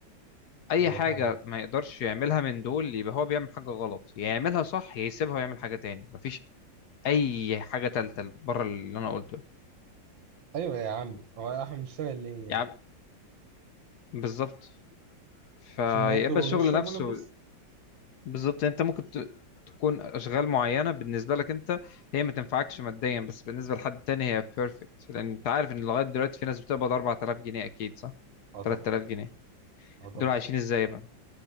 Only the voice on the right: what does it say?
ايوه
فاهم عارف.
ايوه يا عم هو احنا بنشتغل ليه يعني
عشان ناكل ونشرب
ونلبس
اه طبعا
اه طبعا